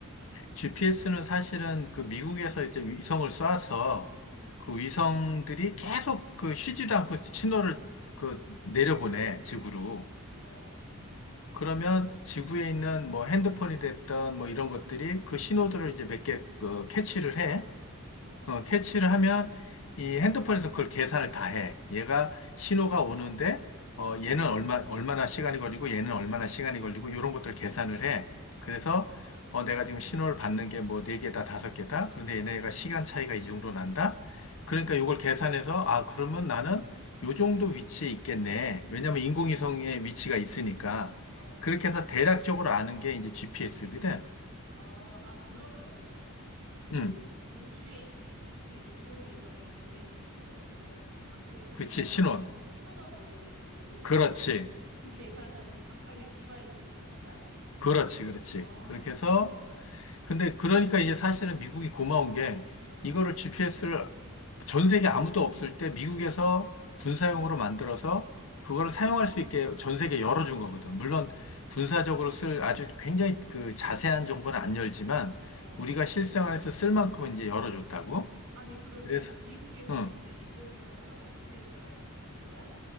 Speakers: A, on the left; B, on the right.
A: GPS는 사실은 그 미국에서 이제 위성을 쏴서
B: 응,
A: 그 위성들이 계속 그 쉬지도 않고 신호를 그 내려보내, 지구로.
B: 어,
A: 그러면 지구에 있는 뭐 핸드폰이 됐던 뭐 이런 것들이 그 신호들을 이제 몇 개 그 캐치를 해.
B: 어, 어,
A: 어, 캐치를 하면 이 핸드폰에서 그걸 계산을 다 해. 얘가 신호가 오는데 어, 얘는 얼마 얼마나 시간이 걸리고 얘는 얼마나 시간이 걸리고 이런 것들 계산을 해.
B: 어,
A: 그래서 어, 내가 지금 신호를 받는 게 뭐 네 개다 다섯 개다. 그런데 얘네가 시간 차이가 이 정도 난다.
B: 어,
A: 그러니까 이걸 계산해서 아 그러면 나는 요 정도 위치에 있겠네. 왜냐면 인공위성의 위치가 있으니까
B: 어. 어,
A: 그렇게 해서 대략적으로 아는 게 이제 GPS거든.
B: 어, 아, 그러면은 그
A: 음,
B: 우주에 있는 GP 인공위성이 보내는 신호 그냥 갖고 있,
A: 그렇지
B: 하는
A: 신호.
B: 역할은 신호만 보내주는 거고 그, 그,
A: 그렇지.
B: 그 계산은 각각의 디바이스에서 하는 거야?
A: 그렇지, 그렇지.
B: 아,
A: 그렇게 해서, 근데 그러니까 이제 사실은 미국이 고마운 게
B: 어,
A: 이거를 GPS를 전 세계 아무도 없을 때 미국에서 군사용으로 만들어서 그걸
B: 어.
A: 사용할 수 있게 전 세계 열어준 거거든. 물론 군사적으로 쓸 아주 굉장히 그 자세한 정보는 안 열지만
B: 어.
A: 우리가 실생활에서 쓸 만큼은 이제 열어줬다고.
B: 아니, 그러면은
A: 그래서,
B: 미국에서
A: 응.
B: 보낸 인공위성 하나로 전 세계 사람이 다 쓰는 거야?